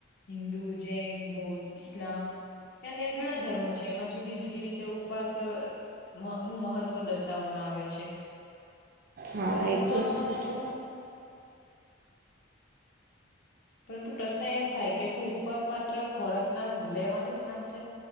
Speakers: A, on the left (about 55°); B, on the right (about 50°).
A: હિન્દુ, જૈન, બૌદ્ધ, ઇસ્લામ અન્ય ઘણા ધર્મો છે, એમાં જુદી-જુદી રીતે ઉપવાસ મ નું મહત્વ દર્શાવવામાં આવ્યો છે,
B: હા
A: પરંતુ
B: એ તો
A: આમં
B: સાચી વાત છે
A: પરંતુ પ્રશ્ન એમ થાય કે, શું ઉપવાસ માત્ર ખોરાક ના લેવાનું જ નામ છે.